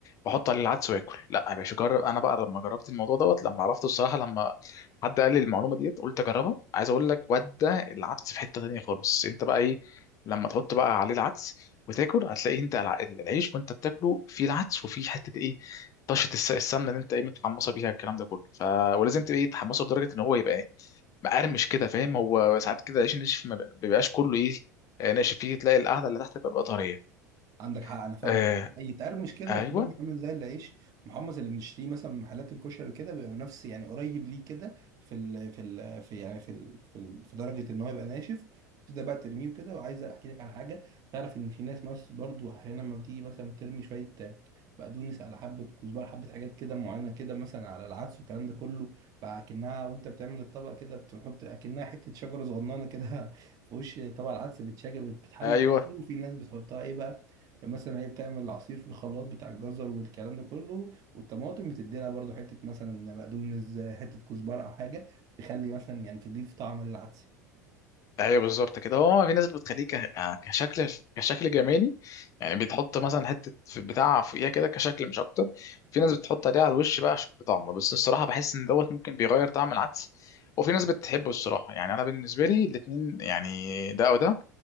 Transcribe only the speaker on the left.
واحط عليه العدس واكل لا يا باشا جرب انا بقى لما جربت الموضوع دوت لما عرفته الصراحه لما حد قال لي المعلومه ديت قلت اجربها عايز اقول لك ودى العدس في حته تانيه خالص انت بقى ايه لما تحط بقى عليه العدس وتاكل هتلاقي انت الع- العيش وانت بتاكله فيه العدس وفيه حته ايه طشه الس- السمنه اللي انت ايه متحمصه بيها الكلام ده كله ف... ولازم تبقى ايه تحمصه لدرجه ان هو يبقى مقرمش كده فاهم هو ساعات كده العيش الناشف ما بيبقاش كله ايه آه، ناشف فيه تلاقي القعده اللي تحت بتبقى طريه
آه
ايوه
ايوه
ايوه بالظبط كده هو في ناس بتخليه ك- آه، كشكل كشكل جمالي يعني بتحط مثلا حته في بتاع فوقيها كده كشكل مش اكتر في ناس بتحط عليه على الوش بقى عشان طعمه بس الصراحه بحس ان دوت ممكن بيغير طعم العدس وفي ناس بتحبه الصراحه يعني انا بالنسبه لي الاتنين يعني ده او ده